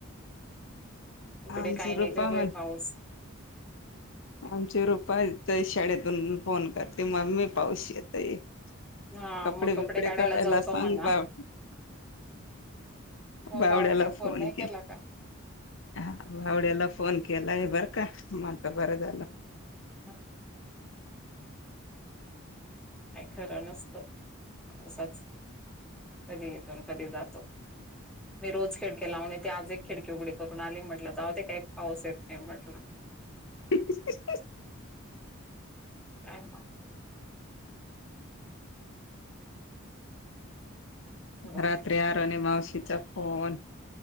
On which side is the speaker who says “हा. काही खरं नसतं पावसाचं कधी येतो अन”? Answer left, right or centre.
Centre